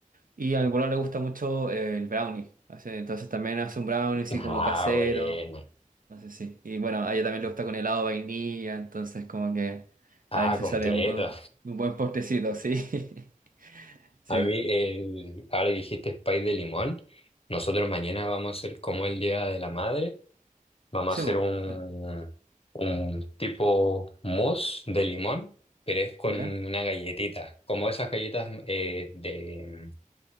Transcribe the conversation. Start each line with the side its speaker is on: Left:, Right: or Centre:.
Right: Y a mi polola le gusta mucho eh, el brownie, hace- entonces también hace un brownie así
Left: Ah,
Right: como casero,
Left: bueno,
Right: no sé si. Y bueno, a ella también le gusta con helado de vainilla, entonces como que
Left: ah,
Right: a veces
Left: completo.
Right: sale un, un buen postrecito, sí. <laughs> Sí.
Left: A mí, el, ahora que dijiste pay de limón, nosotros mañana vamos a hacer como el Día de la Madre, vamos
Right: Sí,
Left: a hacer
Right: po.
Left: un,
Right: sí.
Left: un tipo mousse de limón, pero es con
Right: ¿Ya?
Left: una galletita, como esas galletas eh, de